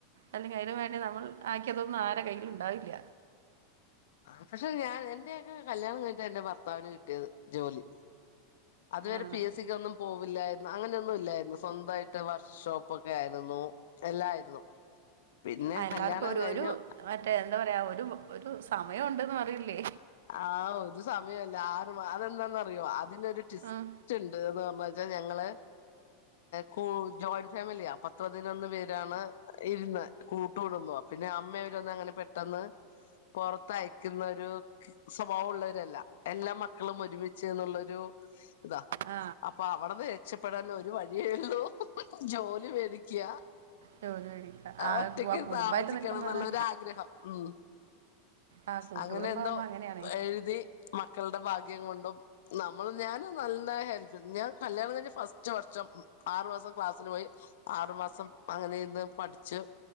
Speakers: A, on the right; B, on the left.
A: അല്ലെങ്കിൽ അതിന് വേണ്ടി നമ്മൾ ആക്കിതൊന്നും ആരെ കയ്യില്ണ്ടാവില്ല
B: ആഹ് പക്ഷെ ഞാൻ എന്റെയൊക്കെ കല്യാണം കഴിഞ്ഞിട്ട് എന്റെ ഭർത്താവിന് കിട്ടിയത് ജോലി അതുവരെ
A: ആണോ
B: പി എസ് സിക്ക് ഒന്നും പോവും ഇല്ലായിരുന്നു അങ്ങനെയൊന്നും ഇല്ലായിരുന്നു സ്വന്തായിട്ട് വർക്ക്ഷോപ്പ് ഒക്കെ ആയിരുന്നു എല്ലായിരുന്നു പിന്നെ
A: ആഹ് എല്ലാവർക്കും
B: കല്യാണം
A: ഒരു
B: കഴിഞ്ഞു
A: ഒരു മറ്റേ എന്താ പറയാ ഒരു ഒരു സമയം ഉണ്ടെന്ന് പറയില്ലേ
B: ആഹ് ഒരു സമയോല്ല ആറ് അതെന്താന്നറിയോ അതിനരു ട്വിസ്
A: ഉം.
B: റ്റ്ണ്ട്ന്ന്, ന്ന് പറച്ചാ ഞങ്ങള് കൂ ജോയിൻ ഫാമിലിയാ പ പതിനൊന്ന് പേരാണ് ഇര്ന്നെ കൂട്ട് കുടുബാ പിന്നെ അമ്മ ഇവരൊന്നൊ അങ്ങനെ പെ ട്ടന്ന് പൊറത്ത അയക്കുന്നൊ ഒരു സ്വഭാവ ഉള്ളവരല്ല എല്ലാ മക്കളും ഒരുമിച്ച് എന്നുള്ളൊരു ഇതാ
A: ആ
B: അപ്പൊ അവടന്ന് രക്ഷ പെട്ടാന്നൊരു വഴിയേ ഒള്ളൂ ജോലി വേടിക്കാ
A: ജോലി മേടിക്കുക ആ
B: ഒറ്റക്ക്
A: കു- ആ കുടുംബമായിട്ട്
B: താമസിക്കണം
A: നിൽക്കുമ്പോഴേ
B: ന്ന്ള്ളര് ആഗ്രഹം ഉം
A: ആ കൂട്ടുകുടുംബം
B: അങ്ങനെ എന്തോ
A: ആകുമ്പോൾ അങ്ങനെയാണേ
B: എഴുതി മക്കളുടെ ഭാഗ്യം കൊണ്ടും നമ്മള് ഞാനും നല്ലെ ഹെല്പ് ഞാൻ കല്യാണം കഴിഞ് ഫസ്റ്റ് വർഷം ഉം ആറു മാസം ക്ലാസ്സിന് പോയി ആറു മാസം അങ്ങനെ ഇരിന്ന് ഇന്ന് പഠിച്